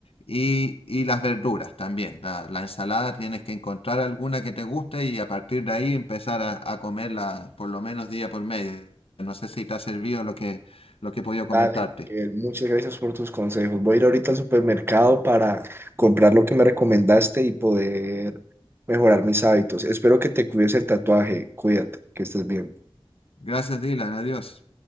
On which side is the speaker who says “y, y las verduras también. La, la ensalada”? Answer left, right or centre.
Left